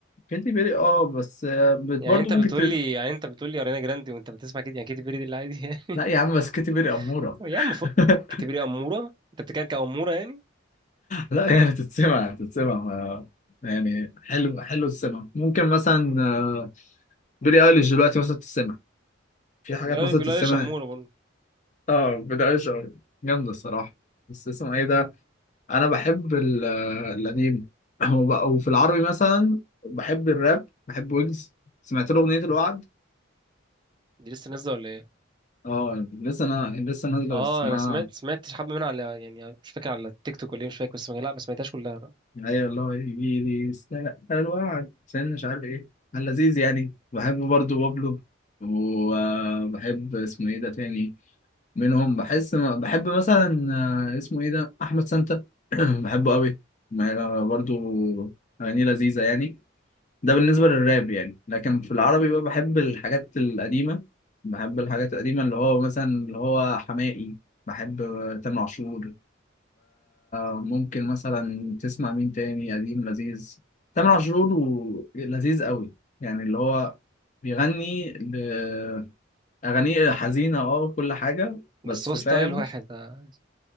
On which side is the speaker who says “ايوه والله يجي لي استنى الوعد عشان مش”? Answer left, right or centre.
Left